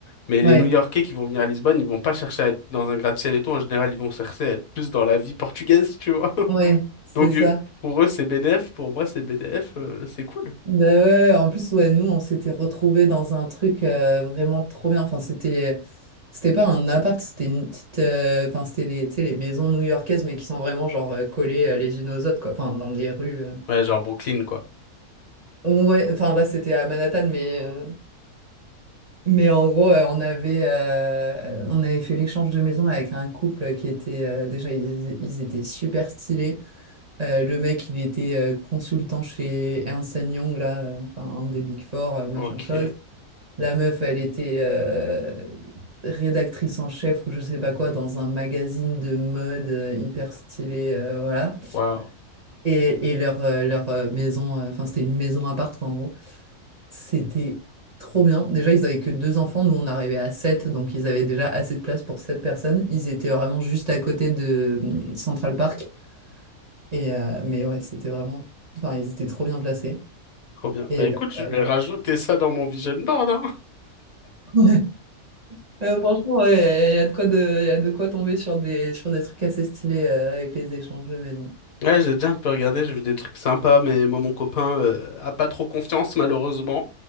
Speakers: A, on the left; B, on the right.
A: mais
B: ouais,
A: les New-Yorkais qui vont venir à Lisbonne, ils vont pas chercher à être dans un gratte-ciel et tout, en général, ils vont chercher à être plus dans la vie portugaise, tu vois. <laughs>
B: ouais, c'est
A: Donc,
B: ça.
A: euh, pour eux, c'est BDF, pour moi, c'est BDF, euh, c'est cool.
B: Ben ouais, ouais. ouais. En plus, ouais, nous, on s'était retrouvés dans un truc euh, vraiment trop bien. Enfin, c'était, c'était pas un appart, c'était une petite, euh, enfin, c'était les, tu sais, les maisons new-yorkaises, mais qui sont vraiment genre euh, collées euh, les unes aux autres, quoi. Enfin, dans les rues. euh.
A: Ouais, genre Brooklyn, quoi.
B: Ouais, enfin là, c'était à Manhattan, mais, euh, mais en gros, euh, on avait, euh, on avait fait l'échange de maison avec un couple qui était, euh, déjà, ils, ils étaient super stylés. Euh, le mec, il était euh, consultant chez Ernst Young, là, euh, enfin, un des Big Four, euh, machin
A: Ok.
B: chose. La meuf, elle était euh, rédactrice en chef ou je sais pas quoi dans un magazine de mode euh, hyper stylé, euh, voilà.
A: Waouh.
B: Et, et leur, euh, leur euh, maison, euh, enfin c'était une maison à quoi en gros. C'était trop bien. Déjà, ils avaient que deux enfants, nous on arrivait à sept, donc ils avaient déjà assez de place pour sept personnes. Ils étaient vraiment juste à côté de hum, Central Park. Et, euh, mais ouais, c'était vraiment... Enfin, ils étaient trop bien placés.
A: Trop bien.
B: Et
A: Bah écoute,
B: leur,
A: je vais
B: euh,
A: rajouter ça dans mon vision board, hein.
B: leur... <laughs> Euh, franchement, ouais, il y, a y a de quoi de, y a de quoi tomber sur des, sur des trucs assez stylés euh, avec les échanges de maison.
A: Ouais, j'ai déjà un peu regardé, j'ai vu des trucs sympas, mais moi, mon copain, euh, a pas trop confiance, malheureusement.